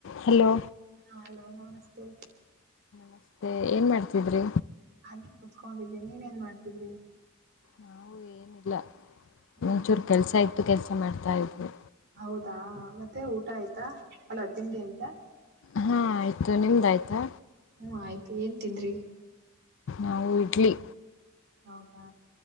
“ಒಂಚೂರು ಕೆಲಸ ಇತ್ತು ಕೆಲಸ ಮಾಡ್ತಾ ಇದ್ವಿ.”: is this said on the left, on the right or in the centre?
Left